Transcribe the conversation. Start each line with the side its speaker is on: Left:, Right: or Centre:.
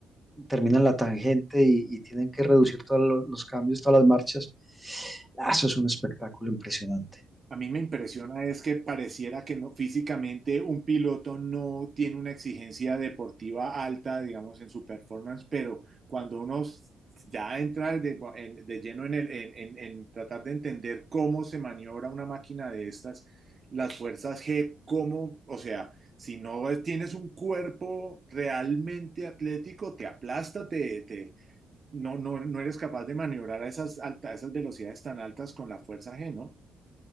Centre: terminan la tangente y, y tienen que reducir todos lo- los cambios, todas las marchas. Ah, Eso es un espectáculo impresionante.
Right: A mí me impresiona es que pareciera que no, físicamente un piloto no tiene una exigencia deportiva alta, digamos, en su performance, pero cuando uno s- ya entra de, en- de lleno en, el, en, en- en tratar de entender cómo se maniobra una máquina de estas, las fuerzas G, cómo, o sea, si no tienes un cuerpo realmente atlético, te aplasta, te, te- no, no, no eres capaz de maniobrar a esas, alta- a esas velocidades tan altas con la fuerza G, ¿no?